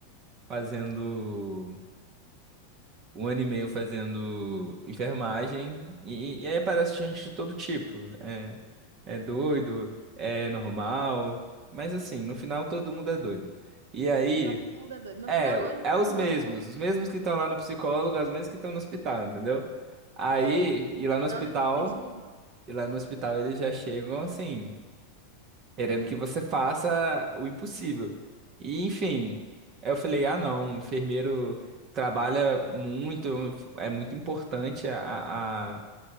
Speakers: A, on the right; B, on the right.
A: fazendo. Um ano e meio fazendo enfermagem. E, e aí aparece gente de todo tipo. É, é doido, é normal. Mas assim, no final todo mundo é doido. E aí,
B: No final todo mundo é doido. No
A: é,
B: final não existe
A: é os
B: normal.
A: mesmos. Os mesmos que estão lá no psicólogo, é os mesmos que estão no hospital, entendeu? Aí,
B: É,
A: e
B: no
A: lá no
B: final
A: hospital.
B: não existe gente normal.
A: E lá no hospital eles já chegam assim. querendo que você faça o impossível. E, enfim, aí eu falei, ah, não, enfermeiro trabalha muito, é muito importante a, a-